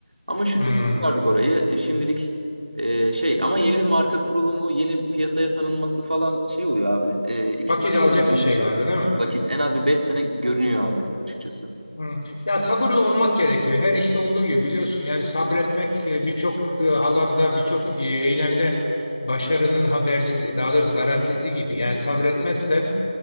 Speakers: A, on the right; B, on the left.
A: Ama şükür
B: Hmm.
A: kurtardık orayı. E, Şimdilik e, şey ama yeni bir marka kurulumu, yeni piyasaya tanınması falan şey oluyor abi. E, iki
B: Vakit
A: sene
B: alacak
A: bile değil.
B: bir şey galiba, değil mi?
A: Vakit en az bir beş sene görünüyor abi açıkçası.
B: Hı. Ya sabırlı olmak gerekiyor. Her işte olduğu gibi biliyorsun. Yani sabretmek e, birçok e, alanda, birçok e, eylemde başarının habercisi. Daha doğrusu garantisi gibi. Yani sabretmezsen